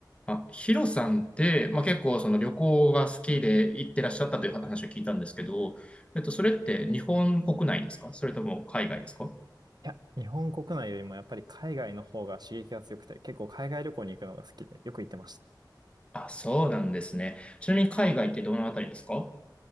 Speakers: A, on the left; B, on the right.
A: あ、ヒロさんって、まあ、結構その旅行が好きで行ってらっしゃったという話を聞いたんですけど、えっと、それって日本国内ですかそれとも海外ですか
B: いや、日本国内よりもやっぱり海外の方が刺激が強くて、結構海外旅行に行くのが好きで、よく行ってました。
A: あ、そうなんですね。ちなみに海外ってどのあたりですか